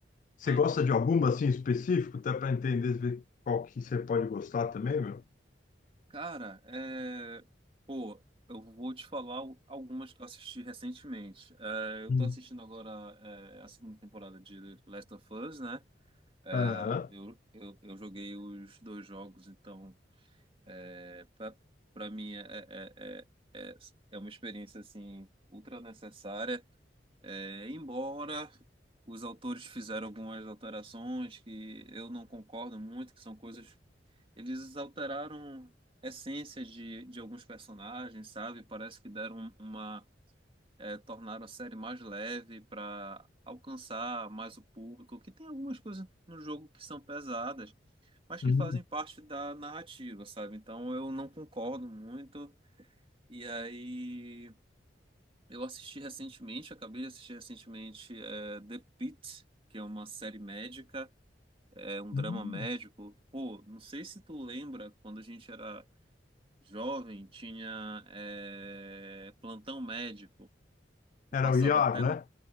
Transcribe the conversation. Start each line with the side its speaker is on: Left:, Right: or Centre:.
Left: Você
Right: Aham.
Left: gosta de alguma assim específico, até para entender ver qual que você pode gostar também, meu?
Right: Cara, é... Pô, eu vou te falar o- algumas que eu assisti recentemente. É, eu
Left: Hum.
Right: tô assistindo agora é, a segunda temporada de Last of Us, né? É,
Left: Aham.
Right: eu, eu, eu joguei os dois jogos, então é, para mim é, é, é, é é uma experiência assim ultra necessária. É, embora os autores fizeram algumas alterações que eu não concordo muito, que são coisas. Eles alteraram essências de, de alguns personagens, sabe? Parece que deram uma. é, tornaram a série mais leve para alcançar mais o público, que tem algumas coisas no jogo que são pesadas mas
Left: Hum,
Right: que fazem parte da narrativa, sabe? Então eu não concordo muito. E aí eu assisti recentemente, acabei de assistir recentemente é, The Pitt, que é uma série médica, é um
Left: hum.
Right: drama médico. Pô, não sei se tu lembra quando a gente era jovem, tinha é, plantão médico que
Left: Era
Right: passava
Left: o Iar,
Right: até
Left: né?
Right: na-